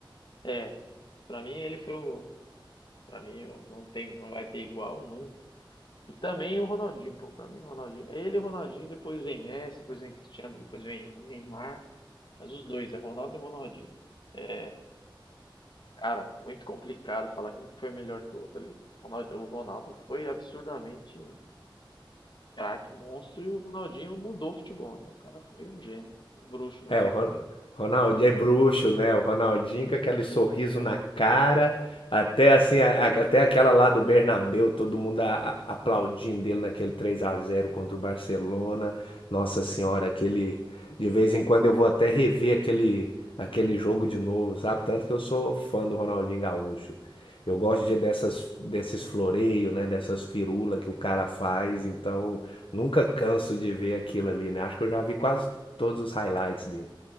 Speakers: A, on the left; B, on the left.
A: É, pra mim ele foi o, pra mim o- não tem, não vai ter igual nunca. E também o Ronaldinho, pô. Pra mim, o Ronaldinho. É ele e o Ronaldinho, depois vem Messi, depois vem Cristiano, depois vem Neymar. Mas os dois, é Ronaldo e Ronaldinho. É, cara, muito complicado falar quem foi melhor que o outro ali. Ronaldo- O Ronaldo foi absurdamente craque, monstro, e o Ronaldinho mudou o futebol, né? O cara foi um gênio, um bruxo mesmo.
B: É, o Ron- Ronaldinho é bruxo, né? O Ronaldinho com aquele sorriso na cara, até assim, a- a- até aquela lá do Bernabéu, todo mundo a- a- aplaudindo ele naquele 3 a zero contra o Barcelona. Nossa Senhora, aquele de vez em quando eu vou até rever aquele aquele jogo de novo, sabe? Tanto que eu sou fã do Ronaldinho Gaúcho. Eu gosto de dessas desses floreios, né, dessas firulas que o cara faz,
A: Uhum.
B: então nunca canso de ver aquilo ali, né? Acho que eu já vi quase todos os highlights dele.